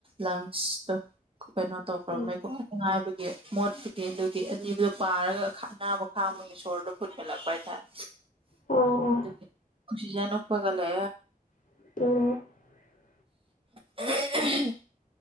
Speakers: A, on the right (about 40°); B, on the left (about 60°).
A: ꯂꯪꯁꯇ ꯀꯩꯅꯣ ꯇꯧꯈ꯭ꯔꯕ
B: ꯎꯝ
A: ꯃꯩꯀꯨꯞꯅꯨꯡꯉꯥꯏꯕꯒꯤ ꯃꯣꯠꯄꯒꯤ ꯑꯗꯨꯒꯤ ꯑꯅꯤꯗꯨꯣ ꯄꯥꯔꯒ ꯈꯠꯅꯕ ꯈꯥ ꯃꯣꯏꯒꯤ ꯁꯣꯔꯗ ꯐꯨꯒꯠꯂꯛꯄ ꯍꯥꯏꯇꯥꯔꯦ
B: ꯑꯣ ꯑꯣ
A: ꯑꯗꯨꯒꯤ ꯑꯣꯛꯁꯤꯖꯦꯟ ꯒꯥ ꯂꯦ
B: ꯑꯣ
A: ꯑ